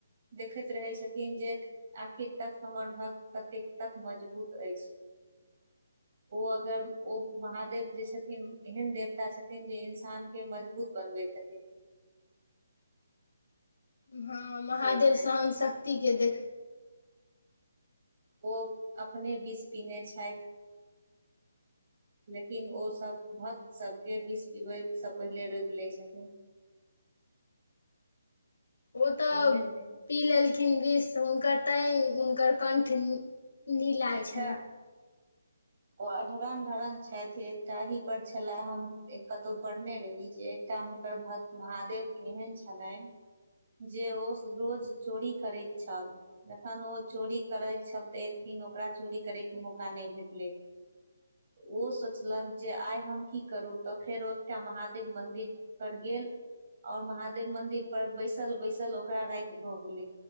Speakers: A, on the right; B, on the left.
A: देखैत रहै छथिन जेक। आखिर तक हमर भक्त कतेक तक मजबूत ऐछ।
B: <inaudible>
A: ओ अगर ओ महादेव जे छथिन एहन देवता छथिन जे इन्सान। के मजबूत बनबै छथिन।
B: हां महादेव
A: से छनि
B: सहनशक्तिके देख।
A: ओ अपने बिष पीने छैथ।
B: <inaudible>
A: लेकिन ओ सब भक्त सबके बिष पिबै स पहिले रोइक लेइ छथिन।
B: ओ त
A: ओहन
B: पी लेलखिन विष हुनकर तै हुनकर कण्ठ। नीला
A: एका।
B: <inaudible>
A: ओ अढरन ढरन छैथिन ताहि पर छला हम एक कतौ पढ़ने रही जे। एकटा हुनकर भक्त महादेव के एहन छलैन। जे ओ रोज चोरी करैत छल। जखन ओ चोरी करैत छल त एकदिन ओकरा चोरी करैक मौका नैय भेटलै। ओ सोचलक जे आइ हम की करू त फेर ओएठाम महादेव मन्दिर। पर गेल और महादेव मन्दिर पर बैसल बैसल ओकरा राइत भ गेलै।